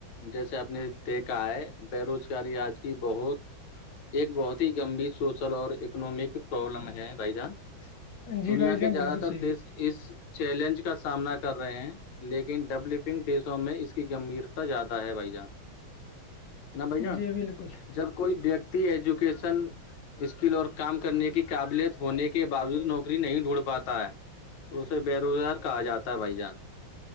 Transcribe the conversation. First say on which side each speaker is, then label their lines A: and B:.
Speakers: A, on the left (about 85°); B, on the left (about 70°).
A: جیسے آپ نے دیکھا ہے بے روزگاری آج کی بہت ایک بہت ہی گمبھیر سوشل اور اکنامک پرابلم ہے بھائی جان
B: جان جی
A: دنیا
B: بھائی
A: کے
B: جان
A: زیادہ
B: بالکل
A: تر
B: صحیح
A: دیش اس چیلنج کا سامنا کر رہے ہیں لیکن ڈیولپنگ دیشوں میں اس کی گمبھیرتا زیادہ ہے بھائی جان ہے نا بھائی جان
B: جی بالکل
A: جب کوئی ویکتی ایجوکیشن اسکل اور کام کرنے کی قابلیت ہونے کے باوجود نوکری نہیں ڈھونڈ پاتا ہے اسے بے روزگار کہا جاتا ہے بھائی جان